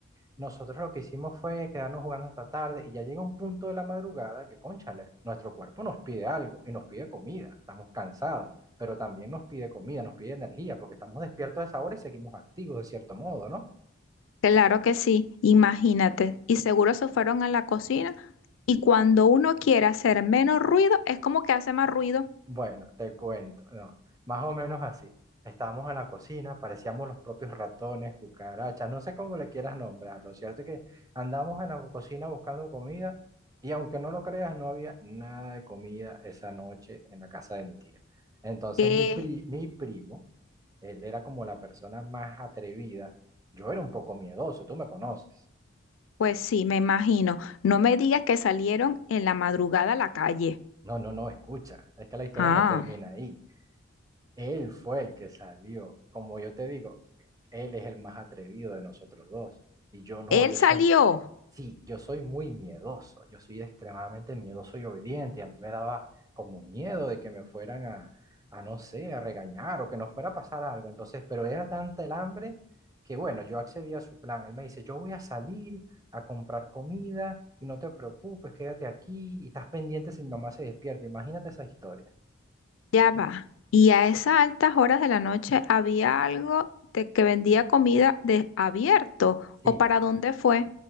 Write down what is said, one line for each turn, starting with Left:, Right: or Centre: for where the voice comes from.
Right: Nosotros lo que hicimos fue quedarnos jugando hasta tarde y ya llega un punto de la madrugada que, cónchale, nuestro cuerpo nos pide algo y nos pide comida, estamos cansados, pero también nos pide comida, nos pide energía, porque estamos despiertos a esa hora y seguimos activos de cierto modo, ¿no?
Left: Claro que sí, imagínate. Y seguro se fueron a la cocina y cuando uno quiere hacer menos ruido, es como que hace más ruido.
Right: Bueno, te cuento, no, más o menos así. Estábamos en la cocina, parecíamos los propios ratones, cucarachas, no sé cómo le quieras nombrar. Lo cierto es que andamos en la cocina buscando comida y aunque no lo creas, no había nada de comida esa noche en la casa de mi tía. Entonces
Left: ¿Qué?
Right: mi pri- mi primo, él era como la persona más atrevida. Yo era un poco miedoso, tú me conoces.
Left: Pues sí, me imagino. No me digas que salieron en la madrugada a la calle.
Right: No, no, no, escucha, es que la historia
Left: Ah,
Right: no termina ahí. Él fue el que salió. Como yo te digo, él es el más atrevido de nosotros dos. Y yo no,
Left: él
Right: yo
Left: salió.
Right: siempre, sí, yo soy muy miedoso. Yo soy extremadamente miedoso y obediente. Y a mí me daba como miedo de que me fueran a, a no sé, a regañar o que nos fuera a pasar algo. Entonces, pero era tanta el hambre que bueno, yo accedí a su plan. Él me dice, yo voy a salir a comprar comida y no te preocupes, quédate aquí y estás pendiente si mi mamá se despierta. Imagínate esa historia.
Left: Ya va. Y a esas altas horas de la noche había algo de que vendía comida de abierto.
Right: Sí,
Left: ¿O para dónde fue?